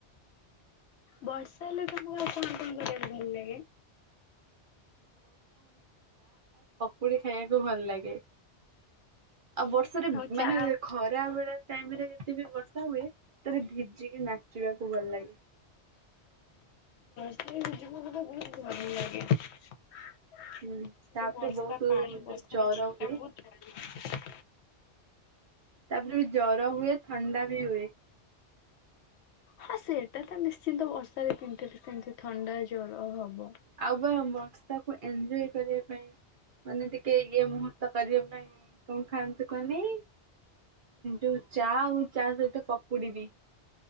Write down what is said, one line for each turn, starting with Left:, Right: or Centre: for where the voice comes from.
Left: ବର୍ଷା ହେଲେ ତମର କଣ କଣ କରିବାକୁ ଭଲ ଲାଗେ?
Right: କୁଡି ଖାଇବାକୁ ଭଲ ଲାଗେ। ଆଉ ବର୍ଷରେ
Left: ଆଉ
Right: ମାନେ
Left: ଚାହା
Right: ଖରା ବେଳେ ଟାଇମ ରେ ଯେତେବି ବର୍ଷା ହୁଏ। ସେତେବେଳେ ଭିଜିକି ନାଚ୍ ଚିବାକୁ ଭଲ ଲାଗେ।
Left: ବର୍ଷାରେ ଭିଯିବୁ ମାନେ ବହୁତ ଭଲ ଲାଗେ। ସେ
Right: ହୁଁ ତାପରେ
Left: ଯୋଉ ବର୍ଷା
Right: ବହୁତ ଯୋଉ
Left: ପାଣି ବର୍ଷାର
Right: ଜର
Left: ଛିଟା
Right: ହୁଏ।
Left: ବହୁତ ଭଲ ଲାଗେ।
Right: ତାପରେ ଜର ହୁଏ ଥଣ୍ଡା ବି ହୁଏ।
Left: ହଁ ସେଇଟା ତ ନିଶ୍ଚିନ୍ତ ବର୍ଷାରେ ପିନ୍ଧଥିଲି ସେମିତି ଥଣ୍ଡା ଜର ହବ।
Right: ଆଉ ବ ବର୍ଷାକୁ ଏନଞ୍ଜୟ କରିବା ପାଇଁ ମାନେ ଟିକେ ଇଏ ମୁହୂର୍ତ୍ତ କରିବା ପାଇଁ କଣ ଖାଆନ୍ତୁ କୁହନି? ଯୋଉ ଚା ଆଉ ଚା ସହିତ ପକୁଡିବି